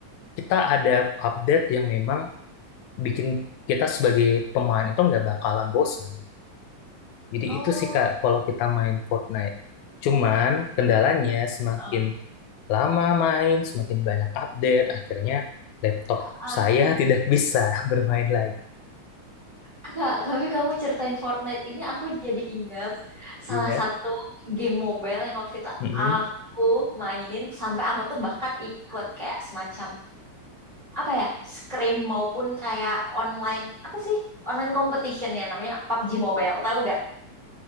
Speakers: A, on the left; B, on the right.
A: kita ada update yang memang bikin kita sebagai pemain itu nggak bakalan bosan. Jadi
B: Oh.
A: itu sih Kak kalau kita main Fortnite. Cuman kendalanya semakin
B: eh
A: lama main, semakin banyak update, akhirnya laptop
B: Ah.
A: saya tidak bisa <laughs> bermain lagi.
B: Kak, tapi kamu ceritain Fortnite ini aku jadi ingat salah
A: Ya,
B: satu game mobile yang waktu itu
A: Mm-mm.
B: aku mainin sampai aku tuh bahkan ikut kayak semacam apa ya, scrim maupun kayak online apa sih? Online competition ya namanya PUBG Mobile, tahu gak?